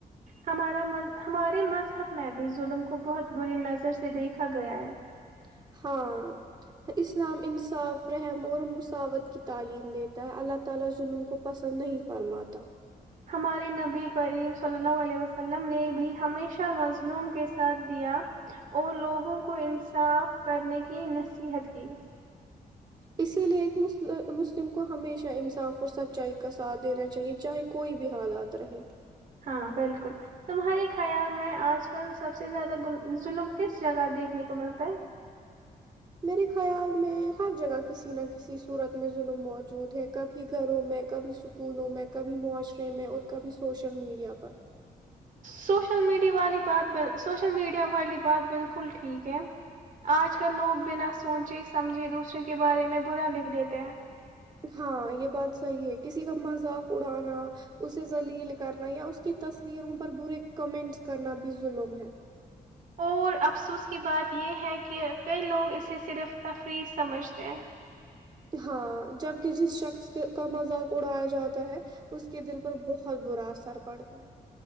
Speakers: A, on the right (about 60°); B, on the right (about 25°).
A: ہمارا ہمارے مذہب میں بھی ظلم کو بہت بری نظر سے دیکھا گیا ہے
B: <inaudible>
A: ہمارے نبی کریم صلی اللہ علیہ وسلم نے بھی ہمیشہ مظلوم کے ساتھ دیا اور لوگوں کو انصاف کرنے کی نصیحت کی
B: اسی لیے ایک مسلم کو ہمیشہ انصاف اور سچائی کا ساتھ دینا چاہیے چاہے کوئی بھی حالات رہے
A: ہاں بالکل تمہارے خیال میں آج کل سب سے زیادہ ظلم کس جگہ دیکھنے کو ملتا ہے
B: میرے خیال میں ہر جگہ کسی نہ کسی صورت میں ظلم موجود ہے کبھی گھروں میں کبھی سکولوں میں کبھی معاشرے میں اور کبھی سوشل میڈیا پر
A: سوشل میڈیا والی بات ب سوشل میڈیا والی بات بالکل ٹھیک ہے آج کل لوگ بنا سوچے سمجھے دوسروں کے بارے میں برا لکھ دیتے ہیں
B: ہاں یہ بات صحیح ہے کسی کا مذاق اڑانا اسے لیل کرنا یا اس کی تصویروں پر برے کمنٹس کرنا بھی ظلم ہے
A: اور افسوس کی بات یہ ہے کہ کئی لوگ اسے صرف تفریح سمجھتے ہیں
B: ہاں جبک جس شخص کا مذاق اڑایا جاتا ہے اس کے دل پر بہت برا اثر پڑتا ہے